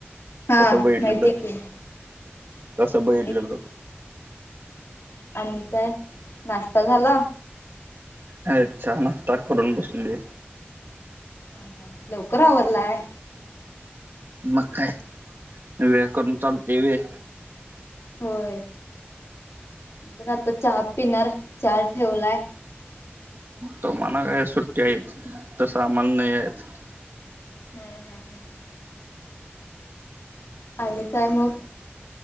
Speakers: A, on the left (about 80°); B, on the right (about 55°).
A: हा,
B: तसं बघितलेलं
A: माहितीय की.
B: तसं
A: भारी
B: बघितलेलो.
A: आहे की आणि काय नाश्ता झाला?
B: ह चहा, नाष्टा करुन बसलोय.
A: हा हा, लवकर आवरलाय.
B: मग काय, वेळ करून चालते व्हय.
A: होय, मी पण आता चहा पिणार चहा ठेवलाय.
B: तुम्हाला काय सुट्टी आहेत, तसं आम्हाला नाहीयेत.
A: हम्म हम्म हम्म. आणि काय मग?